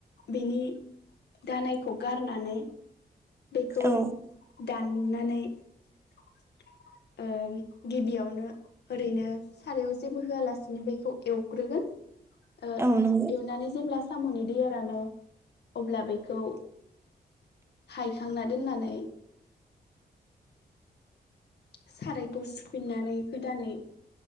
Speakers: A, on the left; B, on the right.
A: बेनि दानायखौ गारनानै बेखौ
B: औ
A: दाननानै ओ गिबियावनो ओरैनो सारायाव जेबो होआलासिनो बेखौ एवग्रोगोन।
B: औ नंगौ
A: एवनानै जेब्ला साम'नि दैआनो अब्ला बेखौ हायखांना दोननानै । सारायखौ सुफिननानै गोदानै